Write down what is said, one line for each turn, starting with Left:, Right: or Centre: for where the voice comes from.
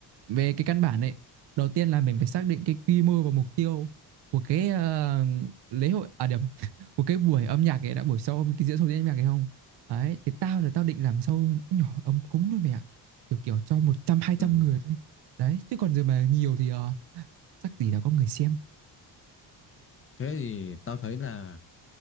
Right: về cái căn bản ấy đầu tiên là mình phải xác định cái quy mô và mục tiêu của cái ờ, lễ hội à điểm <laughs> của cái buổi âm nhạc ấy đã buổi sau cái diễn sâu diễn âm nhạc ấy không đấy thì tao là tao định làm sâu nó nhỏ ấm cúng thôi mày ạ kiểu kiểu cho một trăm hai trăm
Left: Ừ.
Right: người thôi đấy chứ còn giờ mà nhiều thì ờ, chắc gì đã có người xem
Left: Thế thì tao thấy là